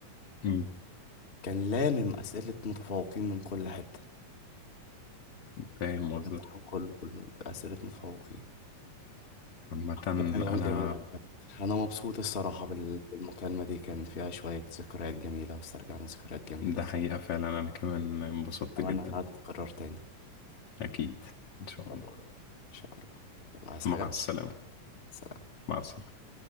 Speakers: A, on the left; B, on the left.
A: مم.
B: كان لامم اسئله متفوقين من كل حته
A: فاهم قصدك
B: الامتحان كله كله اسئله متفوقين
A: عامة
B: كانت ايام
A: انا
B: جميله بجد انا مبسوط الصراحه بال- بالمكالمه دي كان فيها شويه ذكريات جميله واسترجعنا ذكريات جميله
A: ده حقيقة فعلا انا كمان انبسطت
B: اتمنى
A: جدا
B: انها تتكرر تاني
A: اكيد ان شاء
B: فترة
A: الله
B: قريبة. ان شاء الله يلا عايز
A: مع
B: حاجه
A: السلامة
B: سلام
A: مع السلامة